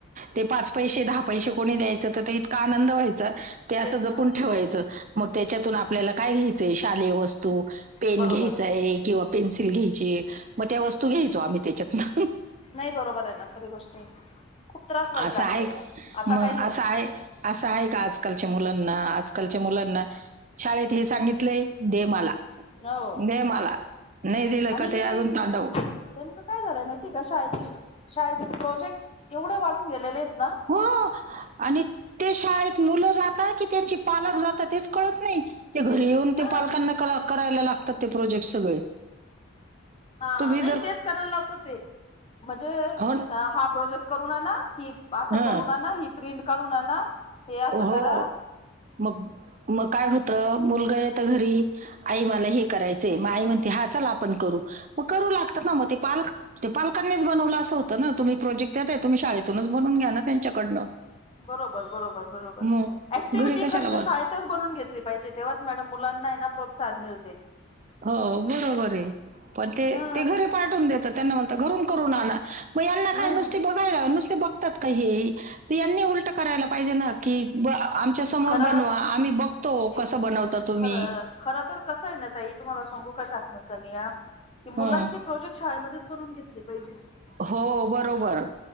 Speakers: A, on the right; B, on the left.
A: ते पाच पैसे, दहा पैसे कोणी द्यायचं तर इतका आनंद व्हायचा ते
B: तेच
A: असं जपून
B: ना.
A: ठेवायचं, मग त्याच्यातून आपल्याला काय घ्यायचंय शालेय वस्तु तु पेन
B: बरोबर
A: घ्यायचा ये किंवा पेन्सिल घ्यायची मग त्या वस्तू घ्यायचो आम्ही त्याच्यानंतर.
B: नाही बरोबर आहे ना खरी गोष्ट आहे. खूप त्रास व्हायचा
A: असं
B: आपल्याला
A: आहे,
B: आता
A: मग
B: काही नाही
A: असं आहे. असं आहे का आजकालच्या मुलांना, आजकालच्या मुलांना शाळेत हे सांगितलंय, दे मला.
B: हो
A: दे मला, नाही दिलं
B: आणि
A: का ते अजून तांडव.
B: नेमकं काय झालंय माहितीय का शाळेचे, शाळेचे प्रोजेक्ट एवढे वाढून गेलेले येत ना. <inaudible>
A: हो आणि ते शाळेत मुलं जातात कि त्यांचे पालक जातात तेच कळत नाही. ते घरी येऊन
B: हा
A: ते पालकांना क- करायला लागतात ते प्रोजेक्ट सगळे.
B: हा
A: तुम्ही
B: नाही
A: जर
B: तेच करायला लावता ते म्हणजे
A: हो
B: हा प्रोजेक्ट करुन आना, ही असं
A: हं.
B: करुन आना, ही प्रिंट काढून ना हे असं
A: हो.
B: करा.
A: मग- मग काय होतं मुलगा येता घरी आई मला हे करायचंय मग आई म्हणते हा चला आपण करू मग करू लागतात ना मग ते पाल ते पालकांनीच बनवलं असं होतं ना, तुम्ही प्रोजेक्ट द्याताय तुम्ही शाळेतूनच बनून घ्या ना त्यांच्याकडनं.
B: बरोबर, बरोबर, बरोबर
A: मग
B: ऍक्टिव्हटी
A: घरी कशाला
B: खरी तर
A: ब
B: शाळेत तच बनून घेतली पाहिजे तेव्हाच मॅडम मुलांनाना प्रोत्साहन मिळते.
A: हो बरोबर आहे, पण ते
B: हा
A: ते घरी पाठवून देतात, त्यांना म्हणत घरून करून आणा. हो, यांना काय,
B: नाही
A: नुसती
B: नाही
A: बो? नुसतं बघतात का हे? यांनी उलटं करायला पाहिजे ना कि आमच्या समोर
B: खरं
A: बनवा, आम्ही बघतो
B: एक
A: कस बनवता तुम्ही.
B: खरं खर तर कसं आहे ना, ताई? तुम्हाला सांगू का? शासनाचा नियम -मुलांचे
A: हं.
B: प्रोजेक्ट शाळेमध्येच बनून घेतले पाहिजे.
A: हो, बरोबर.